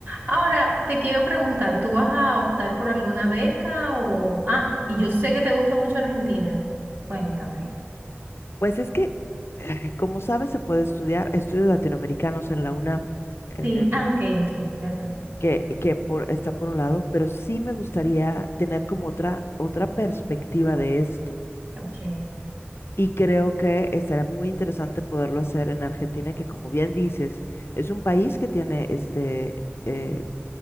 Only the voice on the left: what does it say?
Pues es que, <clears throat> como sabes, se puede estudiar estudios latinoamericanos en la UNAM. em,
que, que por, está por un lado, pero sí me gustaría tener como otra, otra perspectiva de esto.
Y creo que estará muy interesante poderlo hacer en Argentina, que como bien dices, es un país que tiene este, eh,